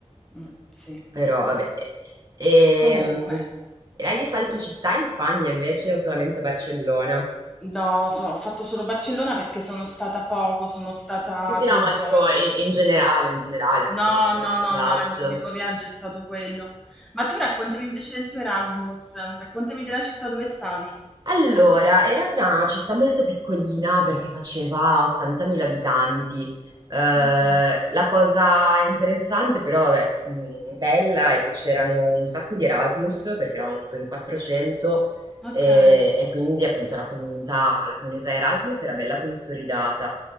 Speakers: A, in the centre; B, on the right.
A: Mm, sì.
B: Però vabbè. eh, Ehm,
A: Comunque,
B: hai visto altre città in Spagna invece o solamente Barcellona?
A: no, so- ho fatto solo Barcellona perché sono stata poco, sono stata
B: Sì, sì, no,
A: tre
B: ma
A: giorni.
B: dico i in generale, in generale, anche
A: No,
B: non solo
A: no,
B: 'sto
A: no,
B: viaggio.
A: no, il mio unico viaggio è stato quello. Ma tu raccontami invece del tuo Erasmus, raccontami della città dove stavi.
B: Allora, era una città molto piccolina perché faceva 80.000 abitanti. Eh,
A: Ok,
B: la cosa interessante però, vabbè, mh, bella, è che c'erano un sacco di Erasmus perché eravamo tipo in 400
A: ok.
B: e,
A: <laughs>
B: e quindi appunto la comunità, la comunità Erasmus era bella consolidata.